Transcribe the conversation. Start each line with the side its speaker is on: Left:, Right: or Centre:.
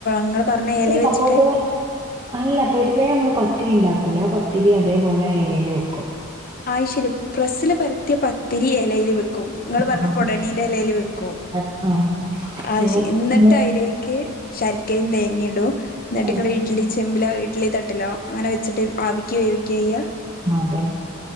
Left: ഇങ്ങള് പറഞ്ഞ എല വെച്ചിട്ട്
Right: അ പട്ടവ അല്ല പൊതുവേ നമ്മള് ഒത്തിരി ഉണ്ടാക്കൂല പത്തിരി അതേപോലെ അയലൽ വെക്കും
Left: ആ ശരി പ്രസ്സില് പരത്തിയ പ ഒത്തിരി ഇലൽ വെക്കും നിങ്ങൾ പറഞ്ഞ
Right: ആ
Left: പൊടണീന്റെ ഇലയില് വെക്കും
Right: ആ ആ
Left: ആത്ശരി
Right: നിങ്ങൾക്ക്
Left: എന്നിട്ട്
Right: പിന്നെ
Left: അതിലേക്ക് ശരക്കയും തേങ്ങ ഇടും എന്നിട്ട്
Right: ആ
Left: ഇങ്ങെ ഇഡ്ലി ചെമ്പില ഇഡ്ലി തട്ടിലോ അങ്ങനെ വെച്ചിട്ട് ആവിക്കുക വേവിക്കുകയ്യുക
Right: അതെ